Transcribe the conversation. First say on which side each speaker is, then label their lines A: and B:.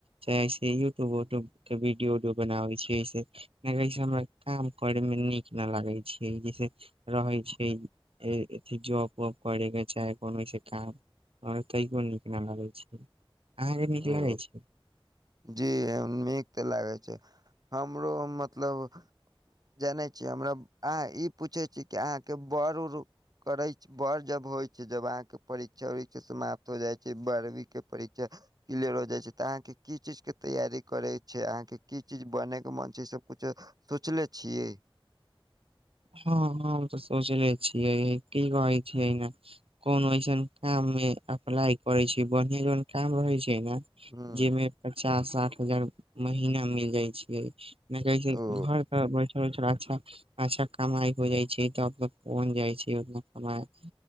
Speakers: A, on the right; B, on the right.
A: चाहेसे यूट्यूब उट्यूब के वीडियो उडियो बनाबे छी, नहिसे हमरा काम करै मे नीक न लागे छै जैसे रहै छै अथि जॉब वाब करै के चाहे कोनो सा काम आर तैयो नीक नहि लगैत छै, अहाँके नीक
B: ओ
A: लगैत छै
B: जी नीक ते लागे छै, हमरो मतलब जानै छियै हमरा अहाँ ई पूछे छी कि अहाँके बड़ उड़ करै छै बड़ जब होइ छै जब अहाँके परीक्षा उरीक्षा समाप्त हो जाइ छै बारहवीं के परीक्षा क्लियर हो जाइ छै त अहाँके की चीज के तैयारी करै छै अहाँके की चीज बनेयके मन छै ई सब कुछो सोचले छियै?
A: हँ हम त सोचले छियै कि कहै छै अ नहि कोनो ऐसन काम मे अप्लाइ करे छै, बढ़े जन काम रहे छै ने
B: ह्म
A: जैमे पचास साठ हजार महिना मिल जाय छै नहि कहै छै
B: ओ
A: घर पर बैसल बैसल अच्छा अच्छा कमाइ हो जाइ छै त कोन जाइ छैना कमाइ